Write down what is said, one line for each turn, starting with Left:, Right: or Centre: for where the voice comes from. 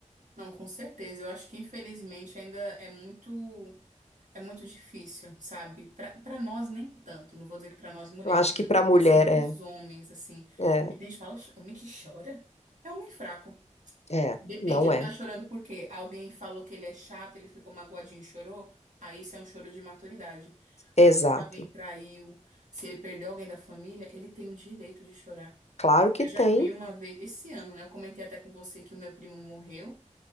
Right: Não, com certeza. Eu acho que infelizmente ainda é muito é muito difícil, sabe? para para nós nem tanto. Não vou dizer que para nós mulheres,
Left: Eu acho
Right: mas
Left: que
Right: eu
Left: pra
Right: fico
Left: mulher
Right: pensando dos
Left: é,
Right: homens assim.
Left: é.
Right: E a gente fala, "Oxe, homem que chora é homem fraco.
Left: É,
Right: Depende,
Left: não
Right: ele
Left: é.
Right: tá chorando por quê? Alguém falou que ele é chato, ele ficou magoadinho e chorou? Aí isso é um choro de maturidade.
Left: Exato.
Right: Agora, se alguém traiu, se ele perdeu alguém da família, ele tem o direito de chorar.
Left: Claro que
Right: Eu já
Left: tem,
Right: vi uma vez, esse ano, né? Eu comentei até com você que o meu primo morreu.